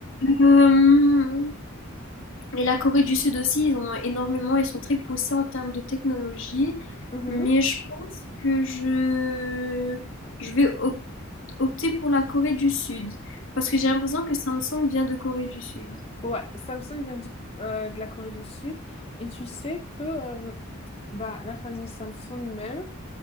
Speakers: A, on the left; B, on the left.
A: Euh, Et la Corée du Sud aussi, ils ont énormément, ils sont très poussés en termes de technologie.
B: mhm.
A: Mais je pense que je, je vais op- opter pour la Corée du Sud. Parce que j'ai l'impression que Samsung vient de Corée du Sud.
B: Ouais, Samsung vient du- euh, de la Corée du Sud et tu sais que euh, bah, la famille Samsung même,